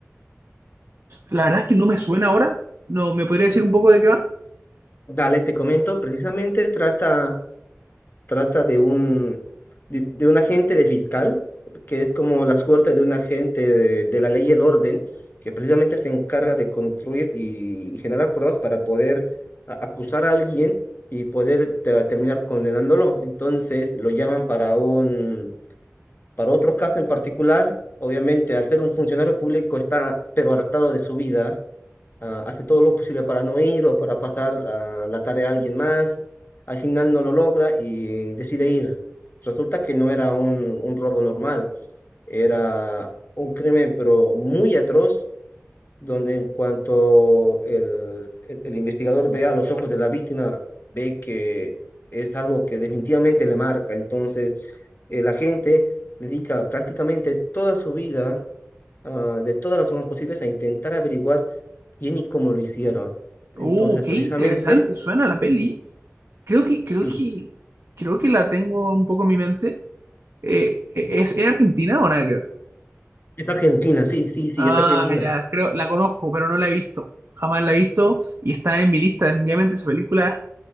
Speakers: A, on the right; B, on the left.
A: La verdad es que no me suena ahora. No, ¿me podría decir un poco de qué va?
B: Dale, te comento, precisamente trata, trata de un, de, de un agente de fiscal, que es como la suerte de un agente de, de la ley y el orden, que precisamente se encarga de construir y generar pruebas para poder a- acusar a alguien y poder te- terminar condenándolo. Entonces lo llaman para un, para otro caso en particular. Obviamente, al ser un funcionario público está pero hartado de su vida ah, hace todo lo posible para no ir o para pasar la, la tarea a alguien más, al final no lo logra y decide ir. Resulta que no era un, un robo normal, era un crimen pero muy atroz, donde en cuanto el, el- el investigador ve a los ojos de la víctima, ve que es algo que definitivamente le marca. Entonces, eh, la gente dedica prácticamente toda su vida ah, de todas las formas posibles a intentar averiguar quién y cómo lo hicieron. Entonces,
A: Uh, qué
B: precisamente,
A: interesante suena la peli. Creo que, creo
B: sí,
A: que, creo que la tengo un poco en mi mente. Eh, ¿es, es Argentina o nada que
B: es Argentina, sí, sí, sí,
A: Ah,
B: es Argentina.
A: ya, creo, la conozco, pero no la he visto. Jamás la he visto y está en mi lista. Definitivamente esa película